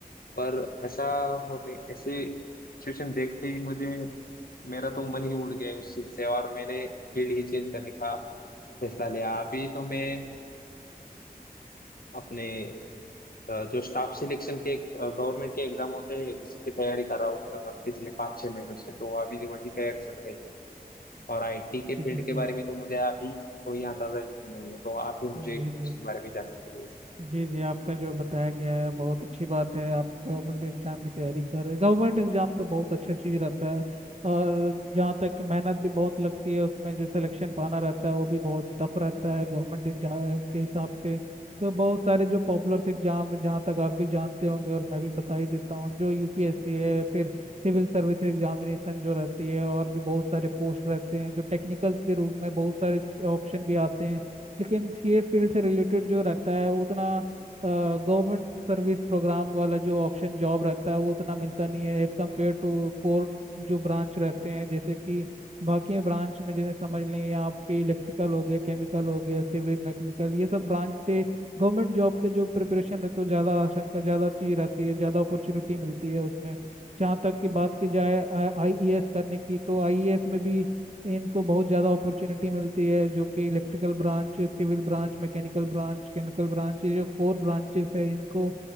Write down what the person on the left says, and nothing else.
पर ऐसा होने ऐसे सिचुएशन देखते ही मुझे मेरा तो मन ही उड़ गया उस चीज से और मैंने फील्ड ही चेंज करने का फैसला लिया अभी तो मैं अपने अ, जो स्टाफ सिलेक्शन के गवर्नमेंट के एग्जाम होते हैं उसकी तैयारी कर रहा हूँ अ, पिछले पाँच छह महीनों से तो अभी वही तैयारी चल रही है और आईटी के
फील्ड
के बारे में तो मुझे अभी कोई अंदाजा ही नहीं है तो आप ही मुझे
उसके बारे में जानकारी दीजिए